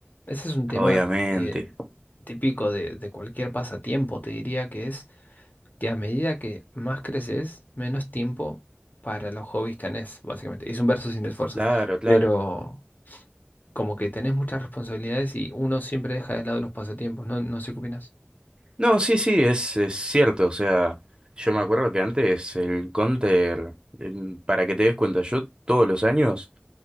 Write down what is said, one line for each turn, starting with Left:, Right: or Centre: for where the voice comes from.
Left: ese es un tema
Right: Obviamente.
Left: eh, típico de, de cualquier pasatiempo, te diría que es que a medida que más creces, menos tiempo para los hobbies tenés, básicamente. Es un verso sin esfuerzo,
Right: Claro, claro.
Left: pero como que tenés muchas responsabilidades y uno siempre deja de lado los pasatiempos, no, no sé qué opinas.
Right: No, sí, sí, es, es cierto. O sea, yo me acuerdo que antes el Counter, em, para que te des cuenta, yo todos los años